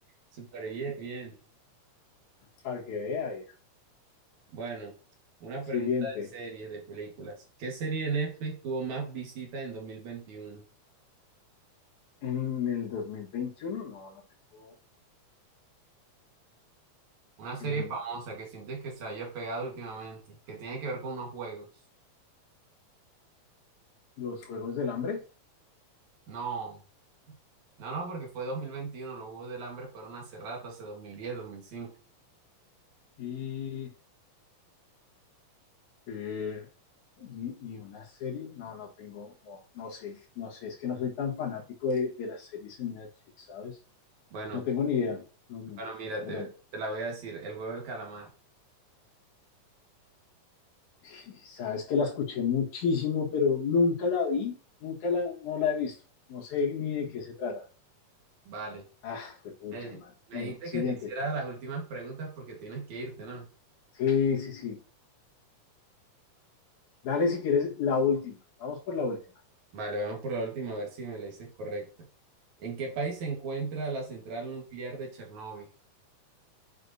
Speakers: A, on the right; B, on the left.
A: Súper bien, bien.
B: Para que vea, vieja.
A: Bueno, una pregunta
B: Siguiente.
A: de series, de películas. ¿Qué serie de Netflix tuvo más visitas en 2021?
B: En el 2021 no, no tengo
A: Una serie
B: en el,
A: famosa que sientes que se haya pegado últimamente, que tiene que ver con unos juegos.
B: los Juegos del Hambre
A: No, no, no, porque fue 2021. los Juegos del Hambre fueron hace rato, hace dos dos mil diez, dos mil cinco.
B: y, eh, y, y una serie. No, no tengo, no, no sé, no sé, es que no soy tan fanático de, de las series en Netflix, ¿sabes?
A: Bueno,
B: No tengo ni idea. No, no,
A: bueno, mira,
B: perdón.
A: te, te la voy a decir, el juego del calamar.
B: <laughs> Sabes que la escuché muchísimo, pero nunca la vi, nunca la, no la he visto. No sé ni de qué se trata.
A: Vale.
B: Ah, fue pucha,
A: Eh,
B: man.
A: me
B: Bueno,
A: dijiste
B: siguiente.
A: que te hiciera las últimas preguntas porque tienes que irte, ¿no?
B: Sí, sí, sí. Dale si quieres la última. Vamos por la última.
A: Vale, vamos por la última a ver si me la dices correcta. ¿En qué país se encuentra la central nuclear de Chernóbil?